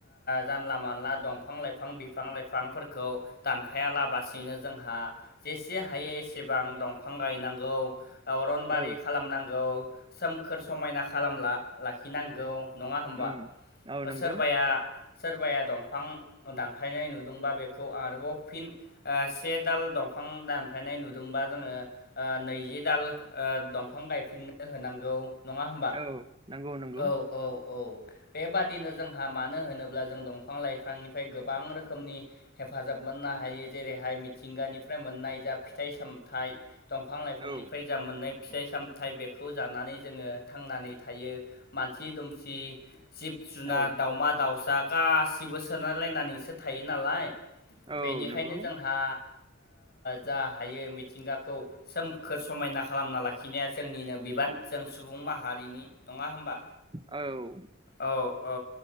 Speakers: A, on the left (about 50°); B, on the right (about 25°).
A: जानला मानला दंफां लाइफां बिफां लाइफांफोरखौ दानफाया लाबसिनो जोंहा जेसे हायो एसेबां दंफां गायनांगौ अनबारि
B: औ
A: खालामनांगौ सोमखोर
B: औ
A: समायना खालामना लाखिनांगौ नंङा होमबा
B: उम औ नंगौ
A: सोरबाया सोरबाया दंफां दानफायनाय नुदोंबा बेखौ आरोबाव फिन से दाल दंफां दानफ्रनाय नुदोंबा जोंङो नैजि दाल दंफां गायफिननो होनांगौ नंङा होमबा
B: औ नंगौ नंगौ
A: औ औ औ बेबादिनो जोंहा मानो होनोब्ला जों दंफां लाइफांनिफ्राय गोबां रोखोमनि हेफाजाब मोननो हायो जेरैहाय मिथिंगानि मोननाय जा फिथाइ सामथाइ दंफां लाइफांनिफ्राय
B: औ
A: मोननाय फिथाइ सामथाइ बेखौ जानानै जोंङो थांनानै थायो। मानसि दुमसि जिब जुनार
B: औ
A: दाावमा दाउसा गासिबो सोनायलायनानैसो थायो नालाय
B: औ
A: बेनिखायनो
B: नंगौ
A: जोंहा जा हायो मिथिंगाखौ सोमखोर समायना खालामना लाखिनाया जोंनिनो बिबान जों सुबुं माहारिनि नंङा होमबा
B: औ
A: औ औ